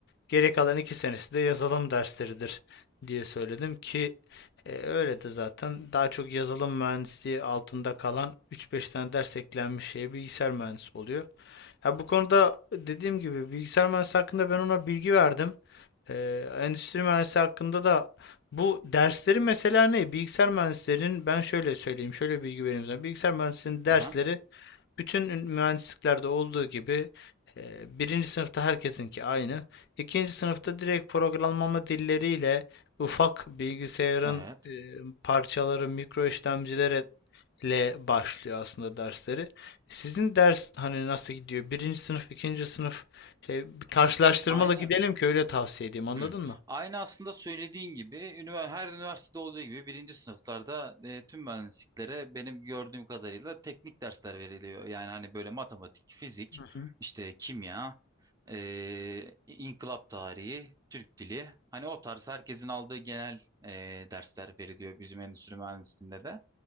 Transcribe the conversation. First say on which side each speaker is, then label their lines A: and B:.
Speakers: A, on the left (about 55°); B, on the right (about 15°).
A: Geriye kalan iki senesi de yazılım dersleridir diye söyledim ki e, öyle de zaten daha çok yazılım mühendisliği altında kalan üç beş tane ders eklenmiş şeye bilgisayar mühendisi oluyor. Ha, bu konuda dediğim gibi bilgisayar mühendisi hakkında ben ona bilgi verdim. Ee, endüstri mühendisi hakkında da bu dersleri mesela ne? Bilgisayar mühendislerinin ben şöyle söyleyeyim, şöyle bilgi vereyim sana. Bilgisayar mühendisinin dersleri
B: Aha,
A: bütün mühendisliklerde olduğu gibi e, birinci sınıfta herkesinki aynı. İkinci sınıfta direkt programlama dilleriyle ufak bilgisayarın
B: evet.
A: e, parçaları, mikro işlemcilerle başlıyor aslında dersleri. Sizin ders hani nasıl gidiyor? Birinci sınıf, ikinci sınıf e, bir karşılaştırmalı
B: Aynı
A: gidelim ki öyle tavsiye edeyim. Anladın
B: Hı.
A: mı?
B: Aynı aslında söylediğin gibi ünivers- her üniversitede olduğu gibi birinci sınıflarda e, tüm mühendisliklere benim gördüğüm kadarıyla teknik dersler veriliyor. Yani hani böyle matematik, fizik,
A: Hı hı,
B: işte kimya, e, inkılap tarihi, Türk dili. Hani o tarz herkesin aldığı genel e, dersler veriliyor bizim endüstri mühendisliğinde de.